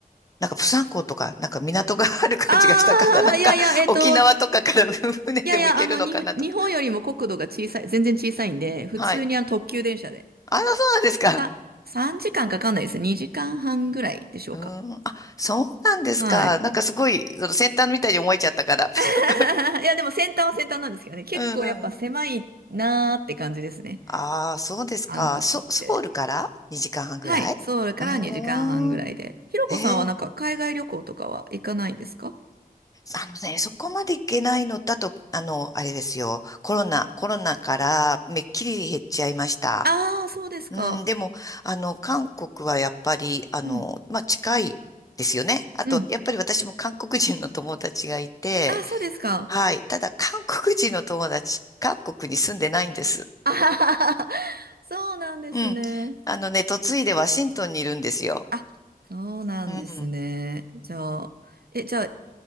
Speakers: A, on the left; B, on the right.
A: なんかプサン港とか、なんか港がある感じがしたから、
B: あ
A: なんか沖縄とかから
B: あー、いやいや、えっと、い
A: <laughs> 船でも行けるのかなとか。
B: やいや、あの、に、日本よりも国土が小さい、全然小さいんで、普通にあの特急電車で。
A: はい。あら、そうなんですか。
B: さ、3時間かんかかんないですね。2時間半ぐらいでしょうか。
A: うーん。あ、そうなんですか。
B: はい。
A: なんかすごい、その先端みたいに思えちゃったから。<laughs>
B: <laughs> いや、でも先端は先端なんですけどね、結構やっぱ狭いなーって感じですね。
A: うんうん。ああ、そうですか。
B: 韓国って。
A: ソ、ソウルから2時間半ぐらいああ
B: はい、ソウルから2時間半ぐらいで。ひろこさんはなんか海外旅行とかは行かないんですか
A: ー、えーあのね、そこまでいけないのだと、あの、あれですよ。コロナ、コロナからめっきり減っちゃいました。
B: ああー、そうですか。
A: うん、でも、あの、韓国はやっぱり、あの、
B: うん。
A: まあ、近いですよね。あと、
B: うん。
A: やっぱり私も韓国人の友達がいて、
B: あ、そうですか。
A: はい。ただ、韓国人の友達、韓国に住んでないんです。
B: <laughs> あはははそうなんですね。
A: うん。あのね、嫁いでワシントンにいるんですよ。
B: あ、そうなんですね。
A: うん、
B: じゃあ、え、じゃあ、